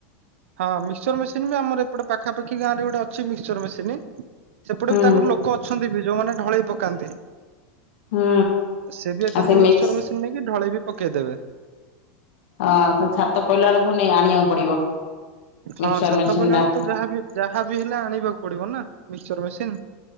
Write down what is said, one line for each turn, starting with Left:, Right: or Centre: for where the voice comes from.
Right: ହଁ ମିକ୍ସଚର ମେସିନି ବି ଆମର ଏପଟେ ପାଖାପାଖି ଗାଁରେ ଗୋଟେ ଅଛି ମିକ୍ସର ମେସିନି। ସେପଟେ
Left: ହୁଁ
Right: ବି ତାଙ୍କର ଲୋକ ଅଛନ୍ତି ବି ଯୋଉମାନେ ଢଳେଇ ପକାନ୍ତି।
Left: ହୁଁ
Right: ସେ ବି ଏକାଥରେ
Left: ଆଉ
Right: ମିକ୍ସଚର
Left: ମିକ୍ସ
Right: ମେସିନ୍ ନେଇକି ଢଳେଇ ବି ପକେଇଦେବେ।
Left: ହଁ ତ ଛାତ ପଡଇଲାବେଳକୁ ନେଇ ଆଣିବାକୁ ପଡିବ।
Right: ହଁ
Left: ମିକ୍ସଚର
Right: ଛାତ
Left: ମେସିନ
Right: ପିଇଲା
Left: ଟା
Right: ବେଳକୁ ତ ଯାହା ଯାହାବି ହେଲେ ଆଣିବାକୁ ପଡିବ ନା ମିକ୍ସଚର ମେସିନ୍।